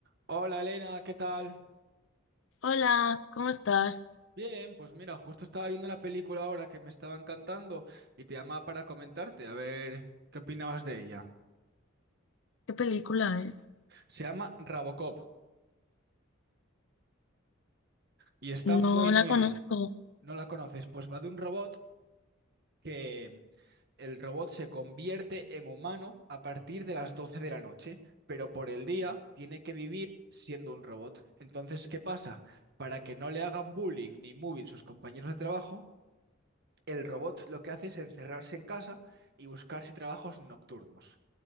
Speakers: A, on the right (about 55°); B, on the left (about 65°).
A: Hola Elena, ¿qué tal?
B: Hola, ¿cómo estás?
A: Bien, pues mira, justo estaba viendo una película ahora que me estaba encantando y te llamaba para comentarte, a ver qué opinabas de ella.
B: ¿Qué película es?
A: Se llama Robocop y está
B: No
A: muy
B: la
A: muy
B: conozco.
A: bien. ¿No la conoces? Pues va de un robot que el robot se convierte en humano a partir de las 12 de la noche, pero por el día tiene que vivir siendo un robot. Entonces, ¿qué pasa? Para que no le hagan bullying ni moving sus compañeros de trabajo, El robot lo que hace es encerrarse en casa y buscarse trabajos nocturnos.